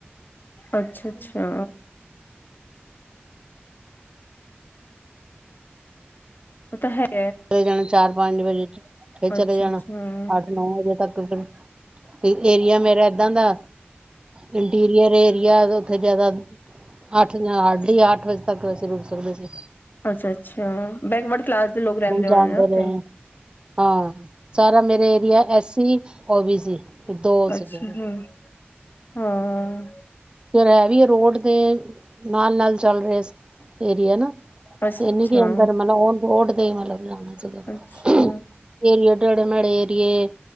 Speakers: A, on the left; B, on the right.
A: ਅੱਛਾ -ਅੱਛਾ। ਉਹ ਤਾਂ ਹੈ
B: ਚ ਜਾਣਾ ਚਾਰ <inaudible> ਪੰਜ ਵਜੇ ਚ ਫਿਰ ਚਲੇ
A: ਅੱਛਾ-ਅੱਛਾ।
B: ਜਾਣਾ, ਅੱਠ -ਨੌ ਵਜੇ ਤੱਕ ਫਿਰ ਏਆ ਮੇ ਰ <inaudible> ਦਾਂ ਦਾ ਇੰਟੀਰੀਅਰ ਏ ਯਾ ਉੱਥੇ ਜਿਆਦਾ ਅੱਠ ਹਾਰਡਲੀ ਅੱਠ ਤੱਕ ਵੈਸੇ ਰੁਕ ਸਕਦੇ ਸੀ
A: ਅੱਛਾ -ਅੱਛਾ ਬੈਕਵਰਡ ਕਲਾਸ ਦੇ ਲੋਕ ਰਹਿੰਦੇ ਹੋਣੇ
B: ਜਾਣਦੇ
A: ਨਾ ਉੱਥੇ
B: ਰਹੇ ਆ <inaudible> ਹਾਂ। ਸਾਰਾ ਮੇਰਾ ਏਰੀਆ, ਐਸੀ ਉਹ ਵੀ ਸੀ? ਦੋ
A: ਅੱਛਾ
B: ਸੀਗੀਂਆਂ
A: ਹੂੰ ਹਾਂ।
B: ਫੇਰ ਹੈ ਵੀ ਰੋਡ ਤੇ, ਨਾਲ- ਨਾਲ ਚੱਲ ਰਿਹੇ ਏਰੀਏ ਨਾ
A: ਅੱਛਾ ਅੱਛਾ
B: ਏਨੀ ਕਿ ਅੰਦਰ ਮਤਲਬ ਉਹ ਡ ਗਈ ਮ ਲਬ ਜਾ <inaudible>
A: ਅੱਛਾ
B: ਇਹਰੀ <inaudible> ਤੇੜੇ ਮੇੜੇ ਏਰੀਏ